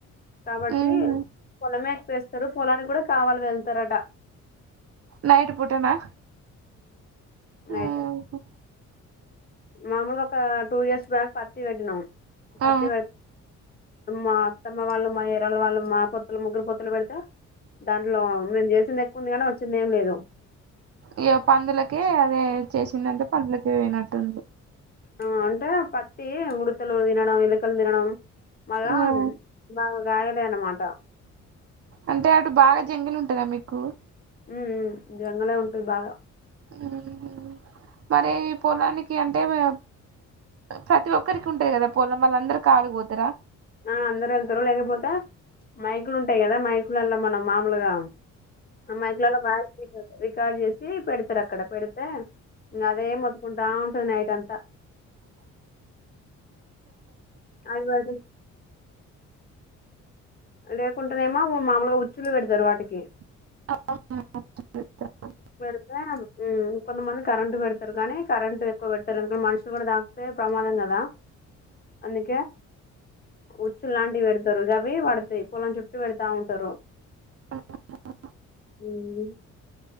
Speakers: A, on the left (about 30°); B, on the right (about 50°).
A: కాబట్టి
B: ఉహు.
A: పొలమే ఎక్కువేస్తరు పొలానికి గూడా కావల వెళ్తారట.
B: నైట్ పూటనా
A: నైటే
B: ఉహు.
A: మామూలుగా ఒకా టూ ఇయర్స్ బ్యాక్ పత్తి పెట్టినాం పత్తి
B: ఆ
A: పె. మా అత్తమ్మ వాళ్ళు మా యారాలు వాళ్ళు మా పొత్తుల ముగ్గురు పొత్తుల పెడుతా దాంట్లో మేమ్ చేసింది ఎక్కువుంది కానీ వచ్చింది ఏం లేదు.
B: ఇగ పందులకే అదే చేసిందంటే పందులకే పోయినట్టుంది
A: ఆ అంటే పత్తి ఉడతలు తినడం ఎలకలు తినడం. మళ్ళా
B: ఉహు.
A: బాగా గాయలే అన్నమాట
B: అంటే అటు బాగా జంగిల్ ఉంటందా మీకూ.
A: హ్ హ్ జంగలే ఉంటది బాగా
B: హ్ మరి ఈ పొలానికి అంటే అ ప్రతి ఒక్కరికి ఉంటాయి కదా పొలం వాళ్ళ అందరు కావలి పోతరా.
A: ఆ అందరు ఎళ్తరు లేకపోతే మైకులు ఉంటయి గదా మైకులల్లా మనం మామూలుగా. ఆ మైకులల్ల వాయిస్ రికార్డ్ రికార్డ్ జేస్ సి పెడతరు అక్కడ పెడితే ఇంకా అదే మొత్తుకుంటా ఉంటది నైట్ అంతా. అదివారం లేకుంటేనేమో మామలుగా ఉచ్చుళ్లు పెడుతరు వాటికి
B: హ <unintelligible>
A: పెడితే ఉ కొంతమంది కరెంట్ పెడతరు గానీ కరెంట్ ఎక్కువ పెట్టరు ఎందుకంటె మనుషులు గూడా తాక్తే ప్రమాదంగద అందుకే ఉచ్చులులాంటివి పెడతరు అవి పడతయ్ పొలం చుట్టు పెడతా ఉంటరు
B: ఆ అ అ అ
A: హ్